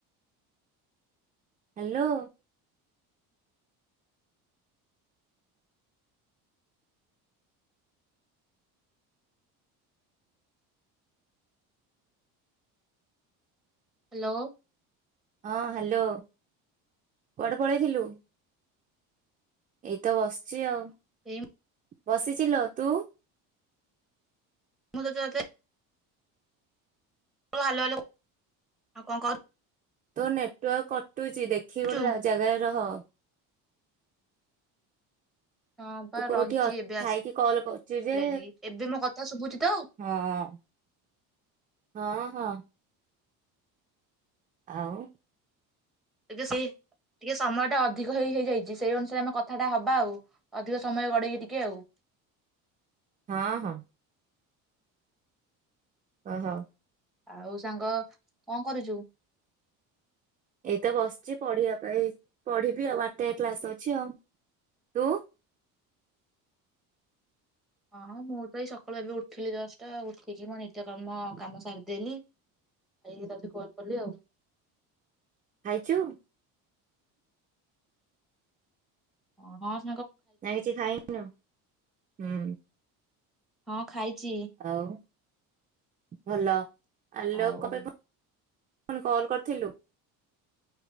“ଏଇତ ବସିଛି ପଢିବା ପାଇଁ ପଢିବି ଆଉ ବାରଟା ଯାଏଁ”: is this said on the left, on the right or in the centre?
Right